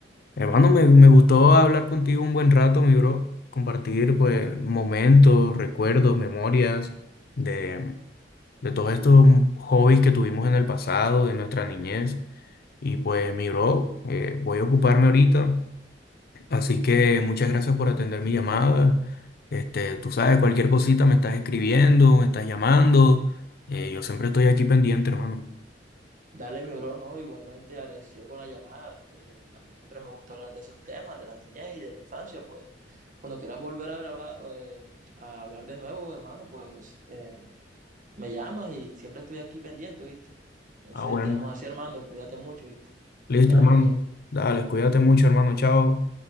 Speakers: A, on the left; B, on the right.
A: Hermano, me, me gustó hablar contigo un buen rato, mi bro. Compartir, pues, momentos, recuerdos, memorias de, de todos estos hobbies que tuvimos en el pasado, de nuestra niñez. Y pues, mi bro, eh, voy a ocuparme ahorita. Así que muchas gracias por atender mi llamada. Este, tú sabes, cualquier cosita me estás escribiendo, me estás llamando. Eh, yo siempre estoy aquí pendiente, hermano.
B: Dale, mi bro, no, igualmente agradecido con la llamada, este, a mí siempre me gusta hablar de esos temas, de la niñez y de la infancia, pues, cuando quieras volver a grabar, eh, a hablar de nuevo, hermano, pues, eh, me llamas y siempre estoy aquí pendiente, ¿viste? Entonces,
A: Ah, bueno.
B: quedamos así, hermano, cuídate mucho, ¿viste?
A: Listo,
B: Que te vaya
A: hermano.
B: muy bien.
A: Dale, cuídate mucho, hermano. Chao.